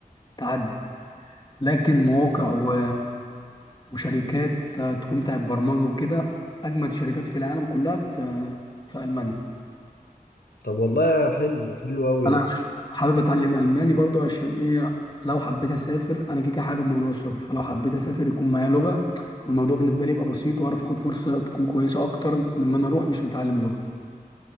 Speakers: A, on the left; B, on the left.
A: تعدي لكن مواقع و... وشركات آه تكون بتاعت برمجة وكده أجمد شركات في العالم كلها في في ألمانيا
B: طب والله حلو حلو قوي
A: أنا
B: ده
A: حابب أتعلم ألماني برضو عشان إيه لو حبيت أسافر أنا كيكة حابب موضوع السفر فلو حبيت أسافر يكون معايا لغة والموضوع بالنسبة لي يبقى بسيط وأعرف آخد فرصة تكون كويسة أكتر من ما أنا أروح مش متعلم اللغة